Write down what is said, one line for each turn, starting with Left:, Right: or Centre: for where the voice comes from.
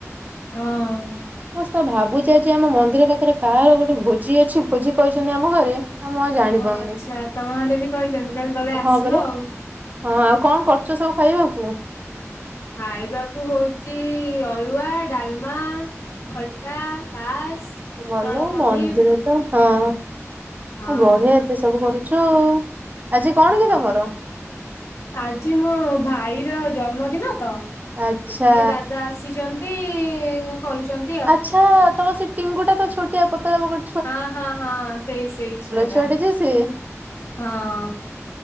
Left: ହଁ।
Right: ମୁଁ ତ ଭାବୁଛି ଆଜି ଆମ ମନ୍ଦିର ପାଖରେ କାହାର ଗୋଟେ ଭୋଜି ଅଛି ଭୋଜି କହିଛନ୍ତି ଆମ ଘରେ। ଆଉ ମୁଁ ଆଉ ଜାଣିପାରୁନି
Left: ହଁ ଆଚ୍ଛା ତମ ଘରେବି କହିଛନ୍ତି ତା ହେଲେ ତମେ ଆସିବ
Right: ହଁ ପରା
Left: ଆଉ?
Right: ହଁ ଆଉ କଣ କରୁଚ ସବୁ ଖାଇବାକୁ?
Left: ଖାଇବାକୁ ହଉଚି ଅରୁଆ, ଡାଲମା ଖଟା, ପାସ୍, ପୋଟଳ,
Right: ଭଲ
Left: ପନିର
Right: ମନ୍ଦିର ହଁ।
Left: ହଁ
Right: ବଢିଆ ଏତେ ସବୁ କରୁଚ ଆଉ ଆଜି
Left: ହଁ
Right: କଣ କି ତମର?
Left: ଆଜି ମୋ ଭାଇର ଜନ୍ମଦିନ ତ ସେଥିପାଇଁ
Right: ଆଚ୍ଛା
Left: ଦାଦା ଆ ଆସିଚନ୍ତି କରୁଚନ୍ତି।
Right: ଆଚ୍ଛା ତମ ସେ ଟିଙ୍ଗୁ ଟା ତ ଛୋଟିଆ ପତଳା ବକ
Left: ହଁ ହଁ ହଁ ସେଇ ସେଇ ଛୁଆ ଟା
Right: ଛୁଆଟେ ଯେ ସେ
Left: ହଁ।